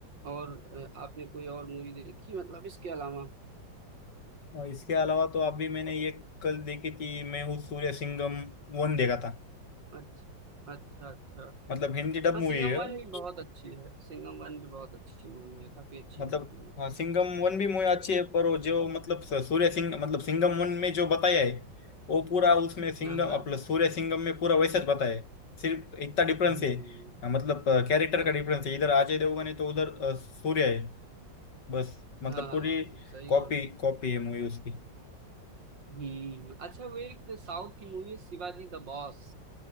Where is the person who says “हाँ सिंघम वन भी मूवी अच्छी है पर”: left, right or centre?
Left